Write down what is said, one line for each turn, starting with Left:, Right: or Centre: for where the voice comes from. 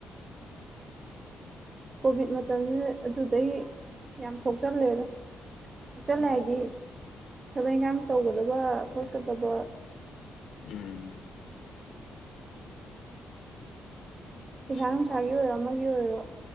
Right: ꯀꯣꯚꯤꯗ ꯃꯇꯝꯗꯨꯗ ꯑꯗꯨꯗꯩ ꯌꯥꯝ ꯁꯣꯛꯆꯜꯂꯦꯗ ꯁꯣꯛꯆꯜꯂꯦ
Left: ꯎꯝ
Right: ꯍꯥꯏꯗꯤ ꯊꯕꯛ ꯏꯟꯒꯥꯡ ꯇꯧꯕꯗꯒ ꯈꯣꯠꯀꯗꯕ
Left: ꯎꯝ
Right: ꯄꯩꯁꯥ
Left: ꯌꯥꯝ
Right: ꯅꯨꯡꯁꯥꯒꯤ ꯑꯣꯏꯔꯣ ꯑꯃꯒꯤ ꯑꯣꯏꯔꯣ